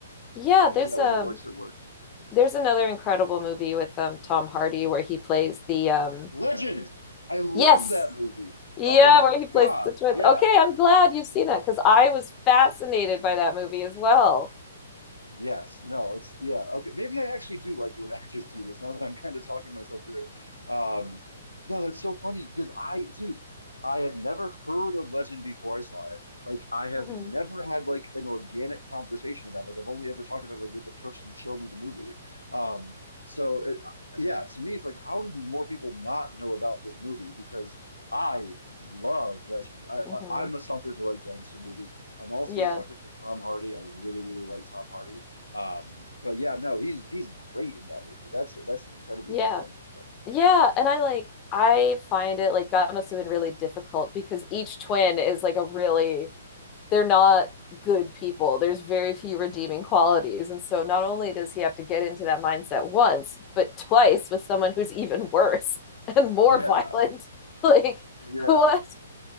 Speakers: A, on the left; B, on the left.
A: Yeah,
B: so, like,
A: there's
B: yeah, when
A: um
B: it works, it works.
A: there's another incredible movie with um Tom Hardy where he plays the um
B: Legend! I love
A: yes.
B: that movie.
A: Yeah,
B: Oh my
A: where
B: God.
A: he plays the twins.
B: Yeah.
A: Okay, I'm glad you've seen that because I was fascinated by that movie as well.
B: Yes, no, it's yeah, okay. Maybe I actually do like it when <laughs> actors do this now that I'm kind of talking myself through it. Um, no, that's so funny because I, dude, I had never heard of Legend before I saw it. Like, I have
A: <laughs>
B: never had like an organic conversation about it. Like, I've only ever talked about it like with the person who showed me the movie. Um, so it, yeah, to me, it's like, how did more people not know about this movie? Because I love Legend. I, I,
A: hmm
B: I'm a sucker for like gangster movies. I'm also
A: Yeah.
B: a sucker for Tom Hardy. I really, really like Tom Hardy. Um, but yeah, no, he's he's great in that movie. That's that's an incredibly
A: Yeah.
B: compelling performance.
A: Yeah. And I like, I find it like that must have been really difficult because each twin is like a really, they're not good people. There's very few redeeming qualities. And so not only does he have to get into that mindset once, but twice with someone who's even worse <laughs> and more
B: Yeah,
A: violent. <laughs> Like,
B: yeah.
A: what?